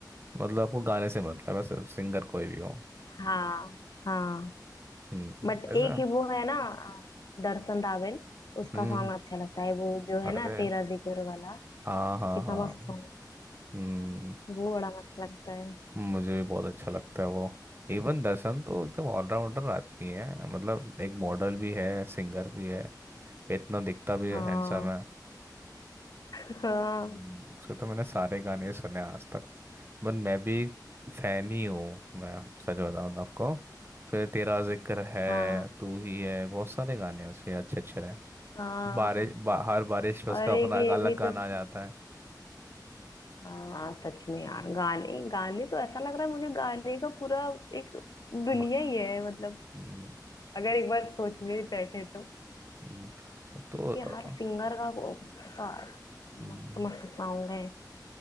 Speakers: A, on the right; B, on the left.
A: मतलब आपको गाने से मतलब है सिर्फ सिंगर कोई भी हो
B: हाँ हाँ
A: हम्म
B: बट
A: ऐसा
B: एक ही वो है ना दर्शन रावल उसका
A: हम्म
B: सॉन्ग अच्छा लगता है वो जो
A: अरे
B: है ना तेरा जिक्र वाला
A: हाँ हाँ
B: कितना
A: हाँ
B: मस्त सॉन्ग
A: हम्म,
B: वो बड़ा मस्त लगता है
A: मुझे भी बहुत अच्छा लगता है वो इवन दर्शन तो एकदम ऑलराउंडर आदमी है मतलब एक मॉडल भी है सिंगर भी है इतना दिखता भी हैंडसम
B: हाँ
A: है
B: हाँ
A: हम्म, उसके तो मैंने सारे गाने सुने हैं आज तक बट मैं भी फैन ही हूँ मैं सच बताऊँ तो आपको उसके तेरा जिक्र है
B: हाँ
A: तू ही है बहुत सारे गाने हैं उसके अच्छे अच्छे रहे
B: हाँ
A: बारिश बा, हर बारिश पे उसका
B: और
A: अपना
B: एक
A: एक
B: ये
A: अलग
B: भी
A: गाना
B: तो
A: आ जाता है
B: हाँ सच में यार गाने गाने तो ऐसा लग रहा है मुझे गाने का पूरा एक दुनिया
A: वाह।
B: ही है मतलब
A: हम्म,
B: अगर एक बार सोचने बैठे तो
A: हम्म, तो
B: क्योंकि
A: अ,
B: हर सिंगर का वो ऐसा
A: हम्म,
B: मस्त मस्त सॉन्ग है